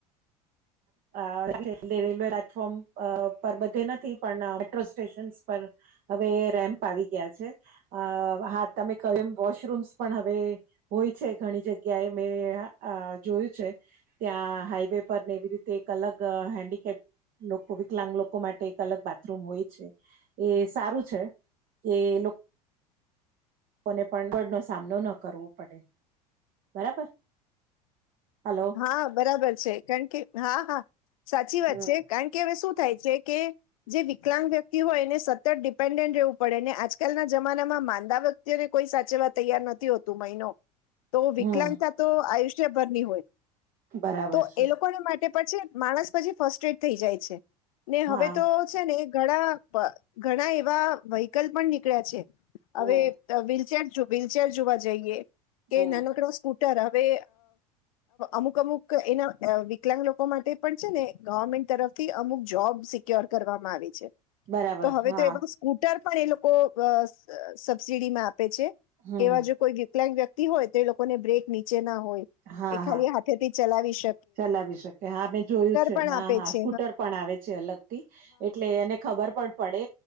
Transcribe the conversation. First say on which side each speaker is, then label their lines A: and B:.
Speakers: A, on the right; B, on the left.
A: રેલવે પ્લેટફોર્મ પર બધે નથી પણ મેટ્રો સ્ટેશનસ પર હવે રેમ્પ આવી ગયા છે અ હા તમે કહ્યું એમ વોશરૂમ્સ પણ હવે હોય છે ઘણી જગ્યાએ મેં જોયું છે ત્યાં હાઈવે પર ને એવી રીતે તે એક અલગ હેન્ડીકેપ લોકો વિકલાંગ લોકો માટે એક અલગ બાથરૂમ હોય છે એ સારું છે. એ લોકો કોને પગળનો સામનો ન કરવો પડે બરાબર હલો
B: હા બરાબર છે કારણ કે હા હા સાચી વાત
A: હમ
B: છે કારણ કે હવે શું થાય છે કે જે વિકલાંગ વ્યક્તિ હોય એને સતત ડિપેન્ડન્ટ રહેવું પડે આજકાલના જમાનામાં માંદા વત્યારે કોઈ સાચવા તૈયાર નથી હોતું મહિનો તો વિકલાંગતા
A: હમ
B: તો આયુષ્યભરની હોય
A: બરાબર
B: તો
A: છે
B: એ લોકોને માટે પછી માણસ પછી ફસ્ટ એડ થઈ જાય છે ને
A: હા
B: હવે તો છે ને ઘણા ઘણા એવા વ્હીકલ પણ નીકળ્યા છે
A: હમ
B: હવે વ્હીલચેર વ્હીલચેર જોવા જઈએ કે
A: હમ
B: નાનો કે નો સ્કૂટર હવે અમુક અમુક એના વિકલાંગ લોકો માટે પણ છે ને ગવર્મેન્ટ તરફથી અમુક જોબ્ આવી
A: બરાબર
B: તો હ
A: હા
B: સ્ટ એ લોકો સબસિડીમાં આપે છે
A: હમ
B: કેવા જો કોઈ વિકલાંગ વ્યક્તિ હોય તો લોકોને બ્રેક નીચે ના હોય
A: હા
B: એ ખાલી
A: હા
B: હાથે થી ચલાવી શ.
A: ચલાવી શકે હા મેં જોયું છે
B: પણ
A: હા
B: આપે
A: હા
B: છે
A: સ્કૂટર પણ આવે છે અલગથી એટલે એને ખબર પડતી. પડે